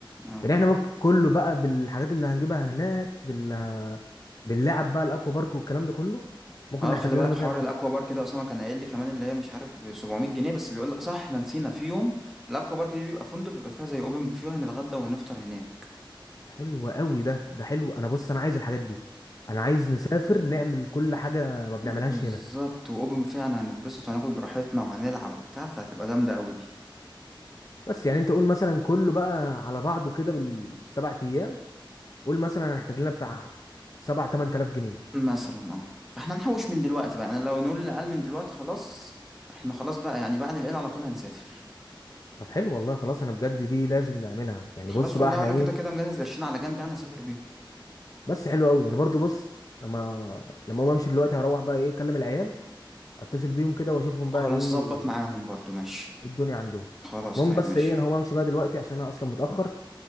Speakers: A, in the centre; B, on the left (about 40°).
A: اه
B: يعني احنا ممكن كله بقى بالحاجات اللي هنجيبها هناك بال باللعب بقى الاكوا بارك والكلام ده كله ممكن
A: اه
B: نحتاج
A: خلي
B: لنا
A: بالك
B: مثلا
A: حوار الاكوا بارك ده اسامه كان قايل لي كمان اللي هي مش عارف ب 700 جنيه بس بيقول لك صح احنا نسينا في يوم الاكوا بارك دي بيبقى فندق بيبقى فيها زي اوبن بوفيه وهنتغدى وهنفطر هناك
B: حلو قوي ده ده حلو انا بص انا عايز الحاجات دي انا عايز نسافر نعمل كل حاجه ما بنعملهاش
A: بالظبط
B: هنا
A: واوبن بوفيه يعني هنتبسط وهناكل براحتنا وهنلعب وبتاع فهتبقى جامده قوي دي
B: بس يعني انت قول مثلا كله بقى على بعضه كده بالسبع ايام قول مثلا انا هحتاج لنا بتاع 7 8000 جنيه
A: مثلا اه فاحنا نحوش من دلوقتي بقى يعني لو نقول للعيال من دلوقتي خلاص احنا خلاص بقى يعني بعد العيد على طول هنسافر
B: طب حلو والله خلاص انا بجد دي لازم نعملها يعني
A: خلاص
B: بص بقى
A: والله
B: احنا
A: وانا
B: ايه
A: كده كده مجهز قرشين على جنب يعني اسافر بيهم
B: بس حلو قوي يعني برضو بص لما لما اقوم امشي دلوقتي هروح بقى ايه اكلم العيال اتصل بيهم كده واشوفهم بقى
A: خلاص
B: ايه
A: ظبط معاهم برضو ماشي
B: إيه الدنيا عندهم
A: خلاص
B: المهم
A: طيب
B: بس
A: ماشي
B: ايه انا هقوم امشي بقى دلوقتي عشان انا اصلا متاخر